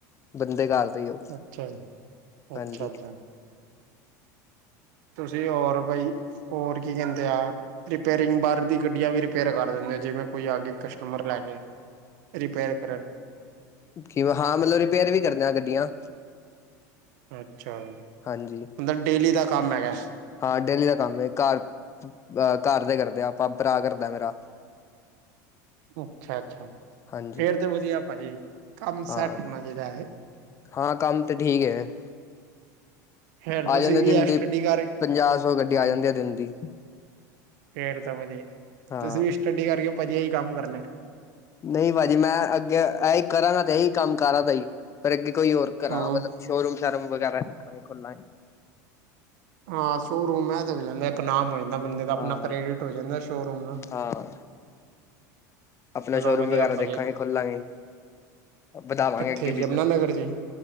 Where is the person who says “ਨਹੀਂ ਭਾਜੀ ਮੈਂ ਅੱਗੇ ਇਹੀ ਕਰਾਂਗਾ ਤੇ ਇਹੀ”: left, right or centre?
Left